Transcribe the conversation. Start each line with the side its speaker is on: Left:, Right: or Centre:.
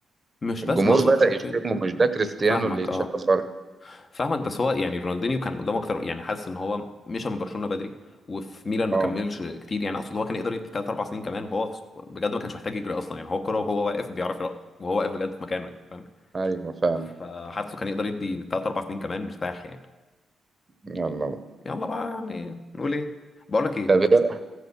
Left: مش
Right: الجمهور
Left: بس ما اقصدش
Right: بدأ
Left: كده
Right: يشتمه مش ده كريستيانو
Left: فاهمك
Right: اللي يتشاف
Left: اه
Right: بره
Left: فاهمك بس هو يعني رونالدينيو كان قدامه اكتر يعني حاسس ان هو مشى من برشلونه بدري وفي ميلان ما
Right: اه
Left: كملش كتير يعني اقصد هو كان يقدر يدي 3 4 سنين كمان وهو بجد ما كانش محتاج يجري اصلا يعني هو الكوره وهو واقف بيعرف يرقص وهو واقف بجد في مكانه يعني فاهم
Right: ايوه فعلا
Left: فحاسه كان يقدر يدي تلات أربع سنين كمان مرتاح يعني
Right: يلا
Left: يلا بقى يعني نقول إيه بقول لك إيه
Right: طب إيه؟